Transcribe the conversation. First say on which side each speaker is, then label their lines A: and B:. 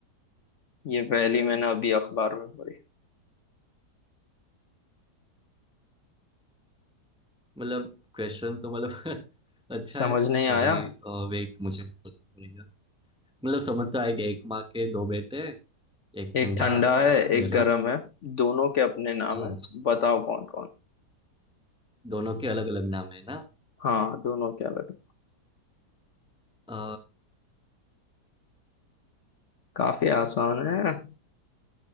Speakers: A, on the left (about 55°); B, in the centre.
A: ये पहली मैंने अभी अखबार में पढ़ी
B: मतलब क्वेश्चन तो मतलब <laughs> अच्छा
A: समझ
B: है
A: नहीं आया
B: अभी वेट मुझे सोचना पड़ेगा मतलब समझ तो आएगा एक माँ के दो बेटे एक
A: एक
B: ठंडा
A: ठंडा है
B: एक गरम
A: एक गरम है दोनों के अपने नाम
B: हाँ,
A: है बताओ कौन कौन
B: दोनों के अलग अलग नाम है ना
A: हाँ दोनों के अलग
B: अ,
A: काफी आसान है